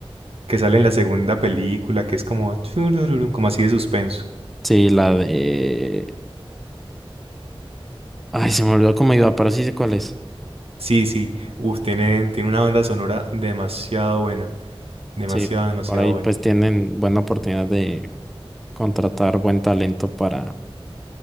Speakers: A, on the right (about 80°); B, in the centre.
A: que sale en la segunda película, que es como, churururu, como así de suspenso.
B: sí, la de... Ay, se me olvidó cómo iba, pero sí sé cuál es.
A: Sí, sí, uf, tienen, tiene una banda sonora demasiado buena, demasiado,
B: Sí,
A: demasiado
B: por ahí
A: buena.
B: pues tienen buena oportunidad de contratar buen talento para,